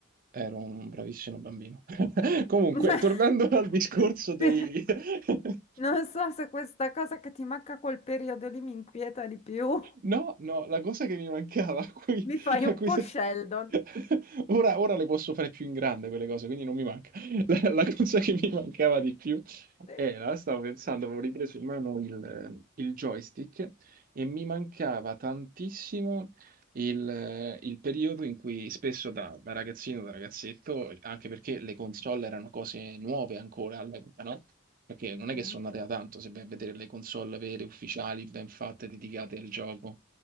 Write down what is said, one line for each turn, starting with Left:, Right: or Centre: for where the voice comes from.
Right: Ero un bravissimo bambino. <laughs> Comunque,
Left: <laughs>
Right: tornando al discorso dei...
Left: Sì.
Right: <laughs>
Left: Non so se questa cosa che ti manca quel periodo lì mi inquieta di più. <laughs>
Right: No, no, la cosa che mi mancava, <laughs> a cui,
Left: Mi fai un
Right: a cui
Left: po'
Right: se-
Left: Sheldon.
Right: <laughs> ora, ora le posso fare più in grande quelle cose, quindi non mi manca. <laughs> La, la cosa che mi mancava di più
Left: Sì.
Right: era, stavo pensando, avevo ripreso in mano il, il joystick e mi mancava tantissimo il, il periodo in cui spesso da, da ragazzino, da ragazzetto, anche perché le console erano cose nuove ancora all'epoca, no? Perché non è che
Left: Mm.
Right: sono nate da tanto, se vai a vedere le console vere, ufficiali, ben fatte, dedicate al gioco,